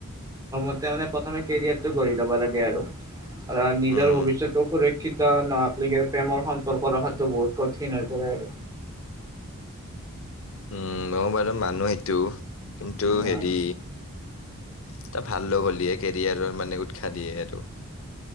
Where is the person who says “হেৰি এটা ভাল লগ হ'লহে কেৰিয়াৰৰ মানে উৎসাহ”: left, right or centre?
Left